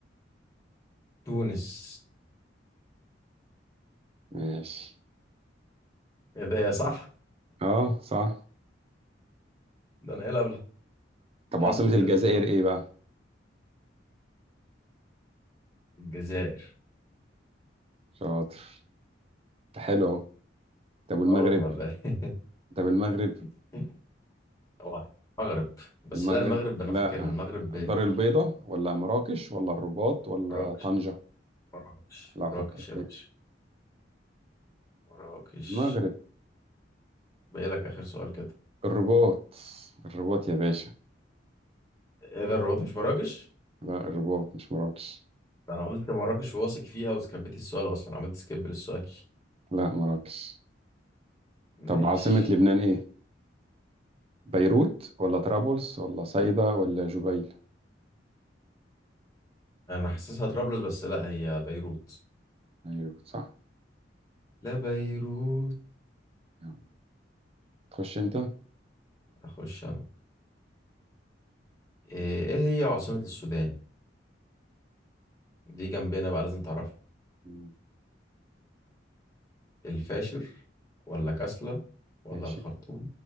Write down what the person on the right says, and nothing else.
ماشي
اه صح
طب
عاصمة
الجزائر ايه بقى
شاطر حلو أهو. طب والمغرب
طب المغرب
المغرب
لا
الدار
البيضاء ولا مراكش ولا الرباط ولا
طنجة
لا
فكر
تاني
المغرب
الرباط الرباط يا باشا
لا الرباط مش مراكش
لا مراكش
طب عاصمة لبنان ايه بيروت ولا طرابلس ولا صيدا ولا جبيل
بيروت صح
يلا. تخش انت
مم.
ماشي